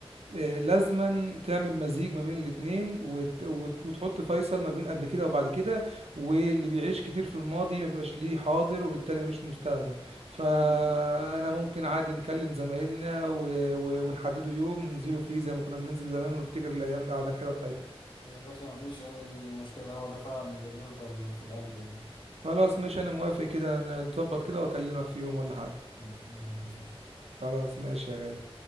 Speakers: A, on the right; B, on the left.
A: آه، لازما تعمل مزيج ما بين الاتنين وت... وت... وتحط فيصل ما بين قبل كده وبعد كده واللي بيعيش كتير في الماضي ما بيبقاش ليه حاضر وبالتالي ملوش مستقبل فانا
B: ده حقيقي
A: ممكن عادي نكلم زمايلنا و... و... ونحددوا يوم ننزلوا فيه زي ما كنا بننزل زمان ونفتكر الايام القعدة الحلوة بتاعتنا
B: يا باشا مفيش أي مشكلة هو ده فعلا اللي بيفضل في القلب يعني
A: خلاص ماشي انا موافق كده نتظبط كده واكلمك في يوم ولا حاجة
B: مم. مفيش مشكلة
A: خلاص ماشي يا غالي